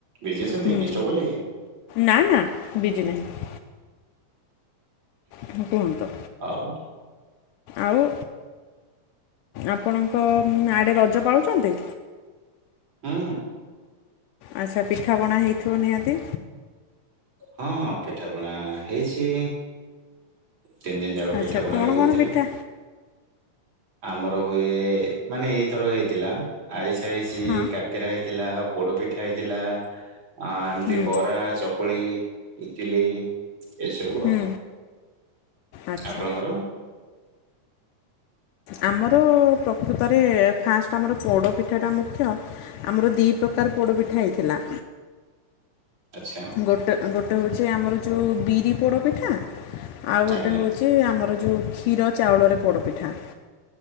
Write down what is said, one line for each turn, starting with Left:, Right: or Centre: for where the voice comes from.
Right: ବିଜି ଅଛନ୍ତି
Left: ହୁଁ
Right: ଡିଷ୍ଟର୍ବ କଲି କି?
Left: ନା ନା ବିଜି ନାହିଁ। ହୁଁ କୁହନ୍ତୁ?
Right: ଆଉ।
Left: ଆଉ ଆପଣଙ୍କ ଆଡ଼େ ରଜ ପାଳୁଛନ୍ତି?
Right: ହୁଁ।
Left: ଆଚ୍ଛା ପିଠାପଣା ହେଇଥିବ ନିହାତି।
Right: ହଁ ପିଠାପଣା ହେଇଛି। ତିନି ଦିନ ଯାକ
Left: ଆଚ୍ଛା
Right: ପିଠାପଣା
Left: କଣ
Right: ବି ହଉଥିଲା।
Left: କଣ ପିଠା
Right: ଆମର ହୁଏ ମାନେ ଏଇଥର ହେଇଥିଲା ଆରିଷା ହେଇଛି
Left: ହଁ
Right: କାକେରା ହେଇ ଥିଲା ପୋଡ଼ପିଠା ହେଇଥିଲା। ଆ ଏମିତି
Left: ହୁଁ
Right: ବରା ଚକୁଳି ଇଟିଲି ଏସବୁ
Left: ହୁଁ।
Right: ଆଉ।
Left: ଆଚ୍ଛା
Right: ଆପଣଙ୍କର?
Left: ଆମର ପ୍ରକୃତରେ ଫାଷ୍ଟ ଆମର ପୋଡ଼ ପିଠାଟା ମୁଖ୍ୟ। ଆମର ଦିଇ ପ୍ରକାର ପୋଡ଼ପିଠା ହେଇଥିଲା।
Right: ଆଚ୍ଛା।
Left: ଗୋଟେ ଗୋଟେ ହଉଛି ଆମର ଯୋଉ ବିରି ପୋଡ଼ପିଠା ଆଉ ଗୋଟେ
Right: ଆଜ୍ଞା
Left: ହଉ ଯେ ଆମର ଯଉ କ୍ଷୀର ଚାଉଳରେ ପୋଡ଼ପିଠା।